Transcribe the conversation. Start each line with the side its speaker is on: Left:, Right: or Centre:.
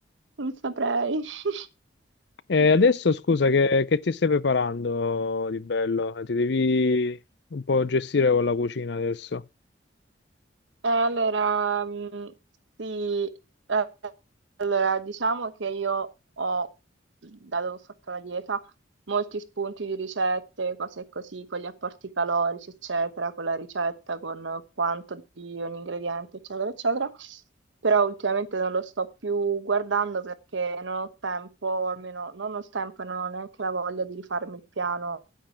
Right: non saprei. <laughs>
Left: E adesso scusa, che, che ti stai preparando di bello? Ti devi un po' gestire con la cucina adesso.
Right: Eh, Allora, mh, sì, eh, allora, diciamo che io ho, dato che ho fatto la dieta, molti spunti di ricette, cose così, con gli apporti calorici, eccetera, con la ricetta, con quanto di ogni ingrediente, eccetera, eccetera. Però ultimamente non lo sto più guardando perché non ho tempo, o almeno non ho il tempo e non ho neanche la voglia di rifarmi il piano